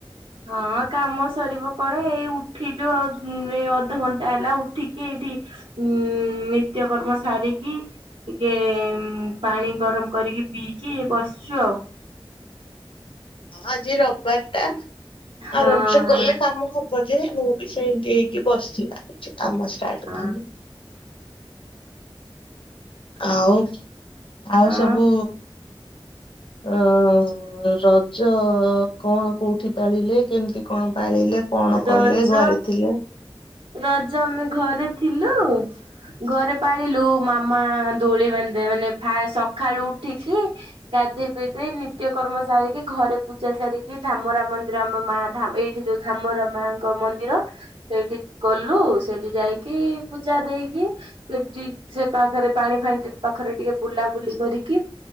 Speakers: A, on the right; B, on the left.
A: ହଁ କାମ ସରିବ କଣ ଏଇ ଉଠିଲୁ ଆଉ ଏ ଅଧଘଣ୍ଟା ହେଲା ଉଠିକି ଏଇଠି ଉଁ ନିତ୍ୟକର୍ମ ସାରିକି ଟିକେ ପାଣି ଗରମ କରିକି ପିଇକି ବସିଛୁ ଆଉ।
B: ଆଜି ରବିବାର ଟା
A: ହଁ
B: ଆରାମ ସେ କଲେ କାମ ହବ ଯେ ମୁ ବି ସେମତି ହେଇକି ବସଚି କିଛି କାମ ଷ୍ଟାର୍ଟ
A: ହଁ
B: କରିନି ଆଉ ଆଉ
A: ହଁ
B: ସବୁ ଅ ରଜ କଣ କୋଉଠି ପାଳିଲେ କେମିତି କଣ ପାଳିଲେ? କଣ
A: ରଜ
B: କଲେ ଘରେ ଥିଲେ?
A: ରଜ ଆମେ ଘରେ ଥିଲୁ ଘରେ ପାଳିଲୁ ମାମା ଦୋଳି ବାନ୍ଧଦେବେ ମାନେ ଫା ସକାଳୁ ଉଠିକି ଗାଧୋଇ ପିଧେଇ ନିତ୍ୟକର୍ମ ସାରିକି ଘରେ ପୂଜା ସାରିକି ଧାମରା ମନ୍ଦିର ଆମ ମା ଧା ଏଇଠି ଯୋଉ ଧାମରା ମାଙ୍କ ମନ୍ଦିର ସେଇଠି ଗଲୁ ସେଇଠି ଯାଇକି ପୂଜା ଦେଇକି <unintelligible> ସେ ପାଖରେ ପାଣି ଫାଣି ପାଖରେ ଟିକେ ବୁଲାବୁଲି କରିକି